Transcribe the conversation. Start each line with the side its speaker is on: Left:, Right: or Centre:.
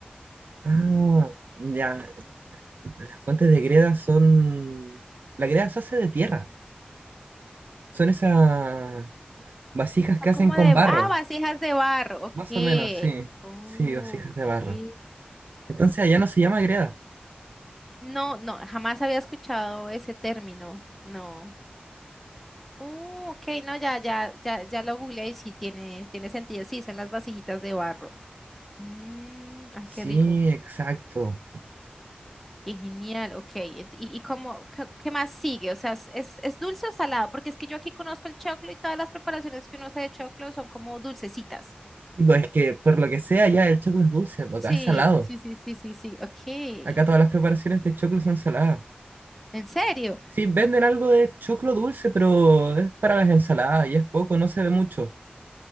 Right: Ah, ya, las fuentes de greda son... La greda se hace de tierra, son esas vasijas
Centre: <laughs> Son
Right: que hacen
Centre: como
Right: con
Centre: de,
Right: barro,
Centre: ah, vasijas de barro. Ok.
Right: más o menos, sí,
Centre: Oh,
Right: sí, vasijas
Centre: ok.
Right: de barro. Entonces allá no se llama greda.
Centre: No, no, jamás había escuchado ese término. No. Uh, ok, no, ya, ya, ya, ya lo googleé y sí tiene, tiene sentido. Sí, son las vasijitas de barro. Mm, ay,
Right: Sí,
Centre: qué rico.
Right: exacto.
Centre: Qué genial, ok. ent- ¿Y, y cómo, qué, qué más sigue? O sea, ¿es, es es dulce o salado? Porque es que yo aquí conozco el choclo y todas las preparaciones que uno hace de choclo son como dulcecitas.
Right: Sí, pues es que por lo que sea, ya el choclo es dulce, porque
Centre: Sí,
Right: acá es salado.
Centre: sí, sí, sí, sí, sí. Ok.
Right: Acá todas las preparaciones de choclo son saladas.
Centre: ¿En serio?
Right: Sí, venden algo de choclo dulce, pero es para las ensaladas y es poco, no se ve mucho.